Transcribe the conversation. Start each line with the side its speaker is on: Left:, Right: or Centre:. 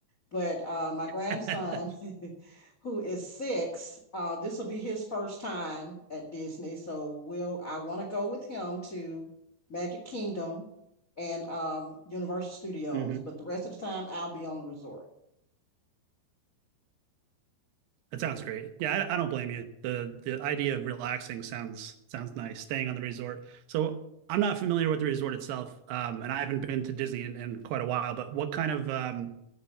Left: But uh, my grandson,
Right: <laughs>
Left: <laughs> who is six, uh, this will be his first time at Disney. So we'll I want to go with him to Magic Kingdom and um, Universal Studios,
Right: hmm
Left: but the rest of the time I'll be on the resort.
Right: That sounds great. Yeah, I, I don't blame you. The the idea of relaxing sounds sounds nice. Staying on the resort. So I'm not familiar with the resort itself, um, and I haven't been to Disney in, in quite a while. But what kind of um,